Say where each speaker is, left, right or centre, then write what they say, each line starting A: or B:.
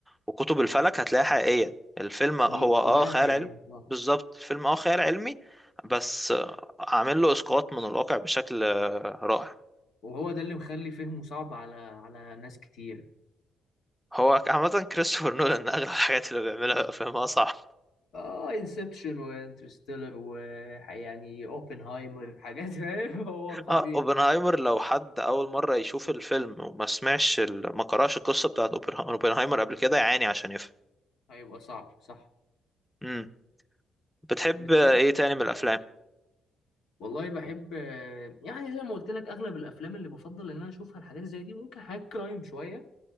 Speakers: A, in the centre; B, on the left.
A: وكتب الفلك هتلاقيها حقيقية الفيلم
B: كل
A: هو اه
B: كلها
A: خيال
B: حقيقية
A: علمي
B: آه.
A: بالظبط الفيلم اه خيال علمي بس عامل له اسقاط من الواقع بشكل آه، رائع
B: وهو ده اللي مخلي فهمه صعب على على ناس كتير
A: هو عامة كريستوفر نولان أغلب الحاجات اللي بيعملها فيلمها صعب
B: اه انسبشن وانترستيلر و يعني اوبنهايمر حاجات فاهم <laughs> هو فظيع
A: اه اوبنهايمر لو حد أول مرة يشوف الفيلم وما سمعش ال... ما قرأش القصة بتاعت أوبنها- اوبنهايمر قبل كده يعاني عشان يفهم
B: هيبقى صعب صح
A: مم. بتحب
B: بتحب
A: ايه تاني من الأفلام؟
B: والله بحب آه، يعني زي ما قلت لك اغلب الافلام اللي بفضل ان انا اشوفها الحاجات زي دي ممكن حاجات كرايم شويه